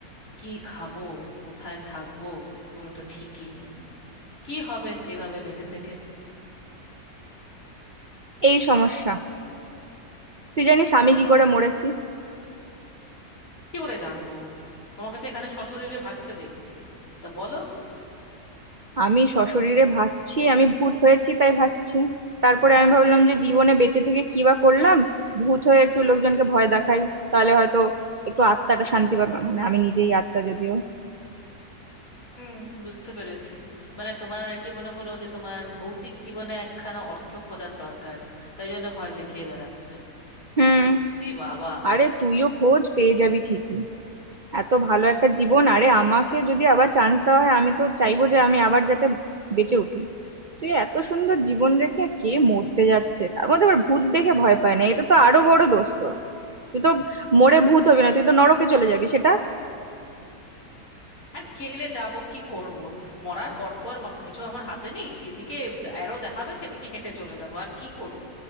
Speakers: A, on the left; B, on the right.
A: কি খাবো কোথায় থাকবো কোনো তো ঠিকই নেই কি হবে এভাবে বেঁচে থেকে
B: এই সমস্যা তুই জানিস আমি কি করে মরেছি
A: কি করে জানবো তোমাকে তো এখানে সশরীরে ভাসতে দেখছি তা বলো
B: আমি সশরীরে ভাসছি আমি ভূত হয়েছি তাই ভাসছি তারপরে আমি ভাবলাম যে জীবনে বেঁচে থেকে কি বা করলাম ভূত হয়ে একটু লোকজনকে ভয় দেখাই তাহলে হয়তো একটু আত্মাটা শান্তি পাবে মানে আমি নিজেই আত্মা যদিও
A: হুম বুঝতে পেরেছি মানে তোমার আর কি মনে হলো যে তোমার ভৌতিক জীবনে একখানা অর্থ খোঁজার দরকার তাই জন্য ভয় দেখিয়ে বেড়াচ্ছ
B: হুম
A: সত্যি বাবা
B: আরে তুইও খোঁজ পেয়ে যাবি ঠিকই এত ভালো একটা জীবন আরে আমাকে যদি আবার চান্স দেওয়া হয় আমি তো চাইবো যে আমি আবার যাতে বেঁচে উঠি তুই এত সুন্দর জীবন রেখে কে মরতে যাচ্ছে তার মধ্যে আবার ভূত দেখে ভয় পায় না এটা তো আরো বড় দোষ তোর তুই তো মরে ভূত হবি না তুই তো নরকে চলে যাবি সেটা
A: আর গেলে যাব কি করব মরার পর তো আর বা- কিছু আমার হাতে নেই যেদিকে অ্যারো দেখাবে সেদিকে হেঁটে চলে যাব আর কি করব